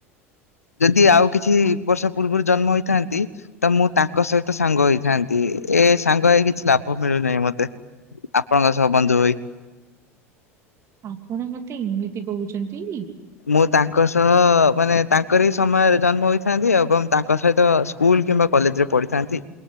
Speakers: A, on the left; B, on the right.
A: ଯଦି ଆଉ କିଛି ବର୍ଷ ପୂର୍ବରୁ ଜନ୍ମ ହୋଇଥାନ୍ତି ତ ମୁଁ ତାଙ୍କ ସହିତ ସାଙ୍ଗ ହେଇଥାନ୍ତି। ଏ ସାଙ୍ଗ ହେଇ କିଛି ଲାଭ ମିଳୁନାହିଁ ମତେ। ଆପଣଙ୍କ ସହ ବନ୍ଧୁ ହେଇ।
B: ଆପଣ ମତେ ଏମିତି କହୁଛନ୍ତି?
A: ମୁଁ ତାଙ୍କ ସହ ମାନେ ତାଙ୍କରି ସମୟରେ ଜନ୍ମ ହୋଇଥାନ୍ତି ଏବଂ ତାଙ୍କ ସହିତ ସ୍କୁଲ କିମ୍ବା କଲେଜ ରେ ପଢିଥାନ୍ତି